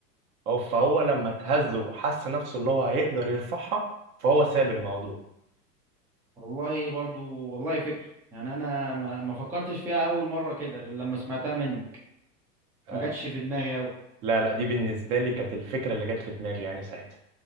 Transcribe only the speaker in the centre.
والله برضو والله فكر يعني انا ما ما فكرتش فيها اول مره كده غير لما سمعتها منك
ما جاتش في دماغي قوي